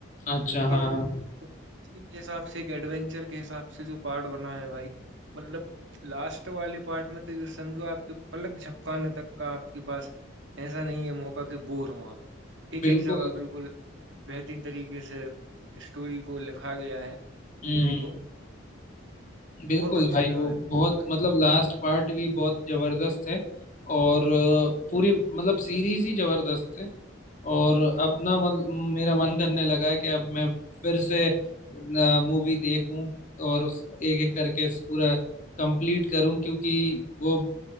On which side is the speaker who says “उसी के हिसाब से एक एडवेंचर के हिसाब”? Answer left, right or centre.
Right